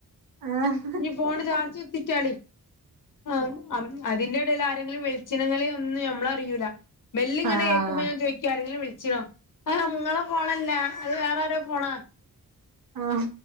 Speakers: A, on the right (about 70°); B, on the left (about 60°).
A: ആഹ്
B: ഞ്ഞ് ഫോണ്ല് ചാർജ്ത്തിറ്റാളി ആഹ് ആം അതിന്റെടേല് ആരെങ്കിലും വിളിച്ചിണങ്ങളെ ഒന്നും ഞമ്മളറിയൂലാ ബെല്ല് ഇങ്ങനെ
A: ആഹ്
B: കേക്കുമ്പോ ഞാൻ ചോദിക്കും ആരെങ്കിലും വിളിച്ചിണോ അ നിങ്ങളെ ഫോണല്ല അത് വേറെരോ ഫോണാ
A: ആഹ്